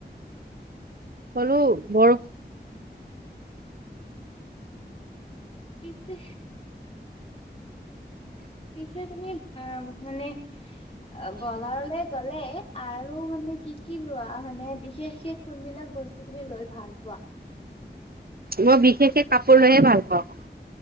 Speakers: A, on the right; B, on the left.
A: ক'লো বৰ
B: পিছে পিছে তুমি অ' মানে, অ' বজাৰলে গ'লে আৰু মানে কি কি লোৱা মানে বিশেষকে কোনবিলাক বস্তু তুমি লৈ ভাল পোৱা?
A: মই বিশেষকে কাপোৰ লৈহে ভাল পাওঁ।